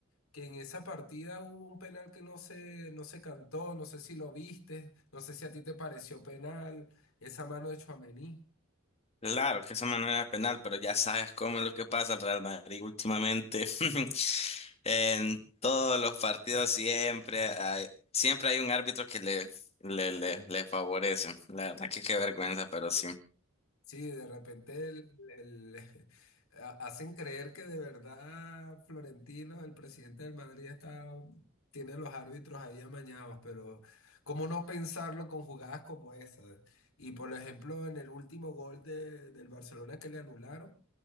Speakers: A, on the left; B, on the left.
A: que en esa partida hubo un penal que no se, no se cantó, no sé si lo viste, no sé si a ti te pareció penal, esa mano de Tchouaméni.
B: Claro que esa manera es penal, pero ya sabes cómo es lo que pasa al Real Madrid últimamente. <laughs> En todos los partidos siempre hay, siempre hay un árbitro que le, le, le, le favorece. La verdad que qué vergüenza, pero sí.
A: Sí, de repente el, el- <laughs> ha- hacen creer que de verdad Florentino, el presidente del Madrid, está, tiene a los árbitros ahí amañados, pero ¿cómo no pensarlo con jugadas como esa? Y por ejemplo, en el último gol de- del Barcelona que le anularon